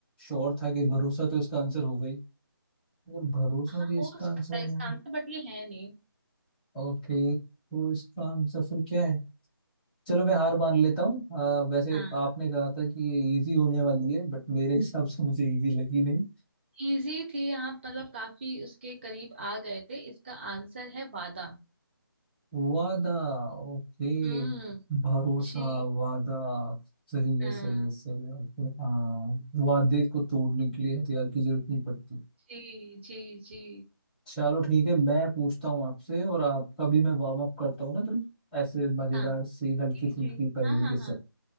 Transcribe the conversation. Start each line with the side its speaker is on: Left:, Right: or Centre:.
Centre: श्योर था कि भरोसा तो इसका आंसर होगा ही अगर भरोसा
Right: हो
Centre: भी इसका
Right: सकता
Centre: आंसर
Right: है इसका
Centre: हो
Right: आंसर बट ये है नहीं
Centre: ओके तो इसका आंसर फिर क्या है चलो मैं हार मान लेता हूँ अ, वैसे
Right: हाँ
Centre: आपने कहा था कि ये इजी होने वाली है बट मेरे हिसाब से मुझे इजी लगी नहीं
Right: इजी थी आप मतलब काफी उसके करीब आ गए थे इसका आंसर है वादा
Centre: वादा ओके
Right: हम्म
Centre: भरोसा
Right: जी
Centre: वादा सही है
Right: हाँ
Centre: सही है सही है okay, हाँ वादे को तोड़ने के लिए हथियार की जरूरत नहीं पड़ती
Right: जी जी जी
Centre: चलो ठीक है मैं पूछता हूँ आपसे और आपका भी मैं वार्म अप करता हूँ ना थोड़ी ऐसे मजेदार
Right: हाँ
Centre: सी हल्की
Right: इजी
Centre: फुल्की पहेली
Right: हाँ हाँ
Centre: के साथ
Right: हाँ